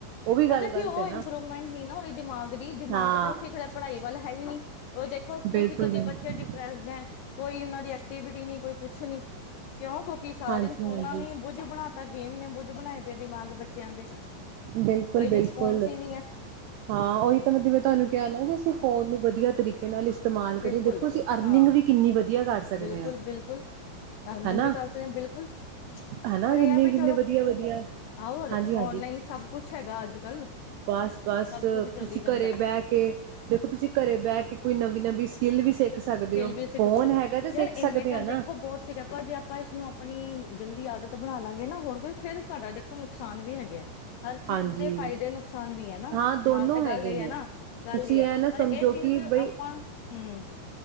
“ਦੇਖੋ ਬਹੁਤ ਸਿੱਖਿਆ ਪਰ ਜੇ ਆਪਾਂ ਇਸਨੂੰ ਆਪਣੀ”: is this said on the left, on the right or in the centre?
Left